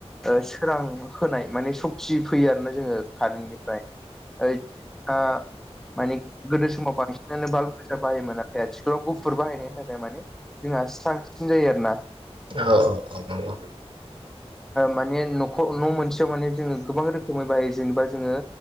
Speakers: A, in the centre; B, on the right.
A: ओ सोरां होनाय माने सक्ति फैयो आरो ना जोङो कारेन्टनिफ्राय ओइ ओ माने गोदो समाव बांसिनानो बाल्ब गोजा बाहायोमोन आरो। आथिखालाव गुफुर बाहायनायनि थाखाय माने जोंहा स्रांसिन जायो आरो ना।
B: औ औ औ नंगौ।
A: माने नखर' न' मोनसेयाव माने जोङो गोबां रोखोमै बाहायो जेनेबा जोङो